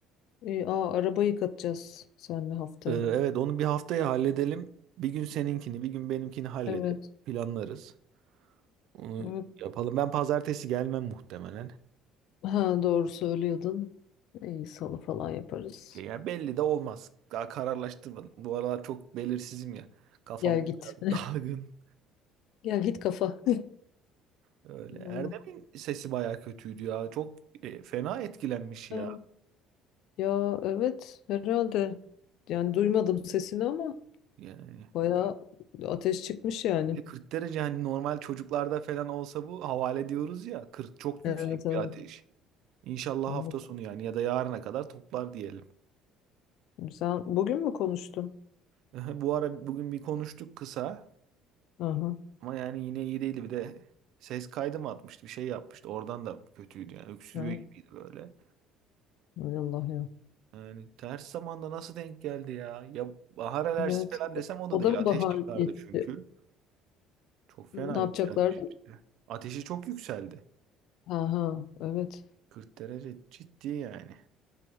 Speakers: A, on the left; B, on the right.
A: E, aa, araba yıkatacağız senle haftaya.
B: Ee, evet onu bir haftaya halledelim. Bir gün seninkini, bir gün benimkini hallederiz.
A: Evet.
B: Planlarız. Onu
A: Evet.
B: yapalım. Ben pazartesi gelmem muhtemelen.
A: Ha, doğru söylüyordun. İyi salı falan yaparız.
B: Ya yani belli de olmaz. Daha kararlaştırmadım. Bu aralar çok belirsizim ya. Kafam
A: Gel git.
B: biraz <laughs> dalgın.
A: <laughs> Gel git kafa.
B: Öyle.
A: Vallahi.
B: Erdem'in sesi bayağı kötüydü ya. Çok e, fena etkilenmiş
A: Ha,
B: ya.
A: Ya evet herhalde. Yani duymadım sesini ama
B: Yani
A: bayağı ateş çıkmış yani.
B: bir de 40 derece hani normal çocuklarda falan olsa bu havale diyoruz ya. 40 çok
A: Evet
B: yüksek
A: evet.
B: bir ateş. İnşallah
A: Evet.
B: hafta sonu yani ya da yarına kadar toplar diyelim.
A: Sen bugün mü konuştun?
B: <laughs> Bu ara bugün bir konuştuk kısa
A: Aha.
B: ama yani yine iyi değildi. Bir de ses kaydı mı atmıştı bir şey yapmıştı. Oradan da kötüydü yani öksürüyor
A: Ha.
B: gibiydi böyle.
A: Hay Allah ya.
B: Yani ters zamanda nasıl denk geldi ya? Ya bahar alerjisi
A: Evet.
B: falan desem o da
A: O
B: değil.
A: da mı
B: Ateş
A: bahar
B: çıkardı
A: gitti?
B: çünkü. Çok fena
A: Ne
B: yükselmiş
A: yapacaklardı?
B: işte. Ateşi çok yükseldi.
A: Aha evet.
B: 40 derece ciddi yani.